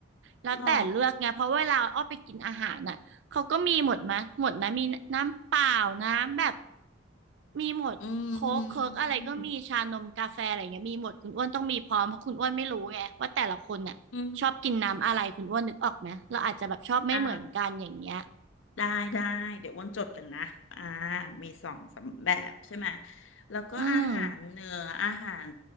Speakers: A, on the right (about 65°); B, on the left (about 80°).
A: แล้วแต่เลือกไงเพราะเวลาอ้อไปกินอาหารน่ะเขาก็มีหมดมะหมดนะมีน้ำเปล่าน้ำแบบ
B: หรอ
A: มีหมดโค้กเคิร์กอะไรก็มีชานมกาแฟอะไรเงี้ยมีหมดคุณอ้วนต้องมีพร้อมเพราะคุณอ้วนไม่รู้ไงว่าแต่ละคนน่ะชอบกินน้ำอะไรคุณอ้วนนึกออกไหมเราอาจจะแบบชอบไม่เหมือนกันอย่างเงี้ย
B: อืมอืมอืมอ่าได้ได้เดี๋ยวอ้วนจดกันนะอ่ามีสองสามแบบใช่ไหมแล้วก็อาหารเหนืออาหาร
A: อืม